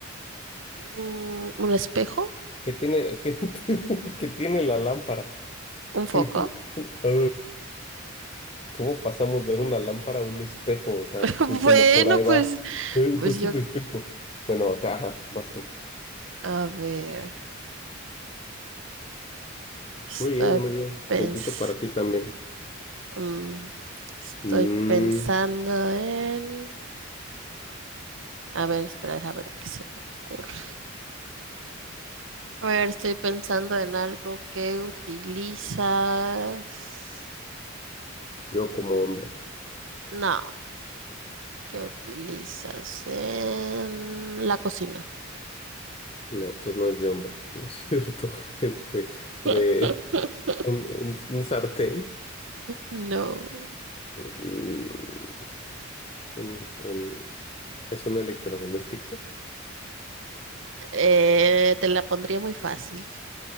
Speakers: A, on the right; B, on the left.
A: un, un espejo,
B: que tiene, que, <laughs> que tiene la lámpara.
A: un foco.
B: <laughs> Ah, ¿Cómo pasamos de una lámpara a un espejo? O sea,
A: <laughs>
B: te estoy diciendo,
A: Bueno,
B: por ahí
A: pues,
B: va. Eh,
A: pues
B: pues
A: yo,
B: un espejo. Bueno, acá, ajá, vas tú.
A: a ver, estoy
B: Muy bien, muy bien.
A: pens-
B: Puntito para ti también.
A: mm, estoy
B: Mm,
A: pensando en, a ver, espera, déjame ver qué se me ocurre. A ver, estoy pensando en algo que utilizas.
B: yo como hombre.
A: No. que utilizas en la cocina.
B: No, entonces no es de hombre, <laughs> no es cierto. <laughs> Este,
A: <laughs>
B: de un, un- un sartén.
A: No,
B: un- un- un- ¿es un electrodoméstico?
A: eh, te la pondría muy fácil